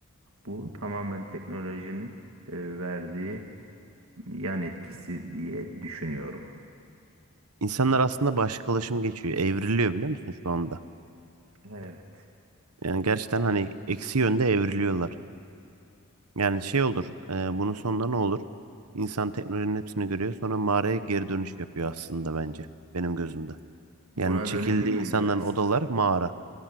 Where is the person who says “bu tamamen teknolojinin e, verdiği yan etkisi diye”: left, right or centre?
Right